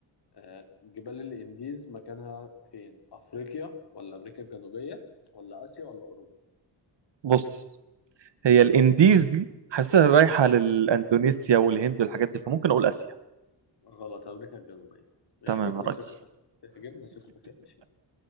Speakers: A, on the left; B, on the right.
A: آه، جبال الانديز مكانها فين افريقيا ولا امريكا الجنوبيه ولا اسيا ولا اوروبا
B: بص هي الإنديز دي حاسسها رايحة للأندونيسيا والهند والحاجات دي فممكن أقول آسيا
A: غلط امريكا الجنوبيه يعجبني
B: تمام يا
A: ثقتك
B: ريس
A: يعجبني ثقتك يا باشا